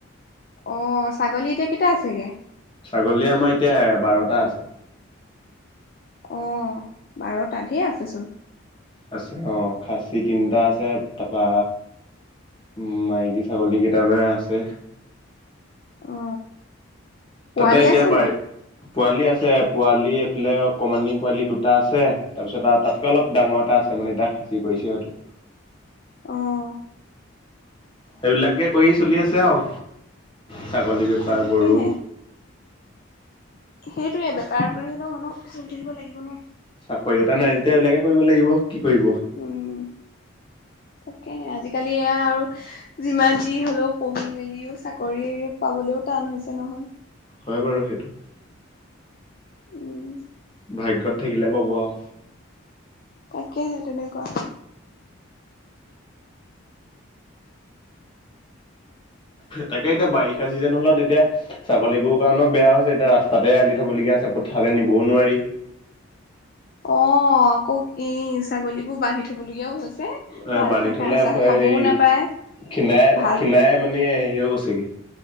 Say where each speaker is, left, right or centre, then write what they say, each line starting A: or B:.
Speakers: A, on the left (about 45°); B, on the left (about 25°).
A: অ ছাগলী এতিয়া কেইটা আছেগে?
B: ছাগলী আমাৰ এতিয়া বাৰটা আছে।
A: অ বাৰটা ঢেৰ আছে চোন।
B: আছে অ খাচী তিনটা আছে। তাপা উম মাইকী ছাগলী কেইটানে আছে।
A: অ। পোৱালি
B: তাতে এতিয়া
A: আছে
B: বাৰ
A: নাই
B: পোৱালি আছে পোৱালি এইফালে অকমানি পোৱালি দুটা আছে। তাৰপিছত আও তাতকে অলপ ডাঙৰ এটা আছে মানে এটা খাচি কইছে সেটো।
A: অহ।
B: এইবিলাকে কৰি চলি আছে আও। ছাগলী বেপাৰ,
A: তাকেহে
B: গৰু।
A: সেইটোৱে বেপাৰ কৰি হ'লেও মানুহ চলি থাকিব লাগিব ন।
B: চাকৰি এটা নাই যেতিয়া এইবিলাকে কৰিব লাগিব। কি কৰিব?
A: উম তাকে আজিকালি এয়া আৰু যিমান যি হলেও পঢ়ি মেলিও চাকৰি পাবলেও টান হৈছে নহয়
B: হয় বাৰু সেইটো
A: উম
B: ভাগ্যত থাকিলে পাব আও
A: তাকেহে তেনেকুৱা
B: তাকে এতিয়া বাৰিষা চিজেন হলে তেতিয়া ছাগলী গৰু কাৰণেও বেয়া হৈছে। এতিয়া ৰাস্তাতে এৰাল দি থবলগীয়া হৈছে। পথালে নিবও নোৱাৰি
A: অ আকৌ ই ছাগলীবোৰ বান্ধি থবলগীয়াও হৈছে
B: অ
A: ভালকে
B: বানি থলে
A: ঘাঁহ চাহ
B: আকৌ
A: খাবও
B: হেই
A: নাপায়
B: খীণাই
A: ভাল
B: খীণাই মানে- গৈছেগে